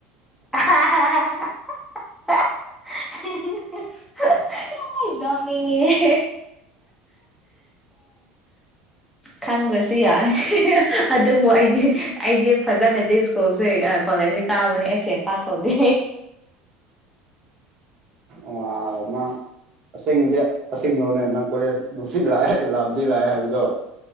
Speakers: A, in the centre; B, on the right.
A: <unintelligible> ꯅ‌ꯣꯛꯅꯤꯡꯉ‌ꯦ ꯈꯪꯗ꯭ꯔꯁꯨ ꯌꯥꯏ ꯑꯗꯨꯕꯨ ꯑꯩꯗꯤ ꯑꯩꯗꯤ ꯐꯖꯅꯗꯤ ꯁ꯭ꯀꯨꯜꯁꯦ ꯀ‌ꯣꯂ‌ꯦꯖ ꯁꯦ ꯀꯥꯕꯅꯦ ꯑ‌ꯦꯞꯁ‌ꯦꯟ ꯄꯥꯛ ꯇꯧꯗꯦ
B: ꯑ ꯅꯪ ꯑꯁꯦꯡꯕꯗꯤ ꯑꯁꯦꯡꯕꯔ‌ꯣꯅꯦ ꯅꯪ ꯀꯣꯂꯦꯖ ꯅꯨꯡꯇꯤ ꯂꯥꯛꯑꯦ ꯂꯥꯕꯗꯤ ꯂꯥꯛꯑꯦ ꯍꯥꯏꯕꯗꯣ